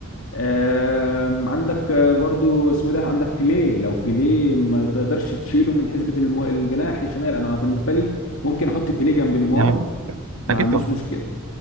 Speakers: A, on the left; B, on the right.
A: آم، عندك آه، برضو اسمه ده عندك بيليه لو بيليه ما تقدرش تشيله من حسبه المو... الجناح الشمال انا بالنسبه لي ممكن احط بيليه جنب نيمار
B: يعني
A: ما
B: اكيد
A: عنديش
B: طبعا
A: مشكله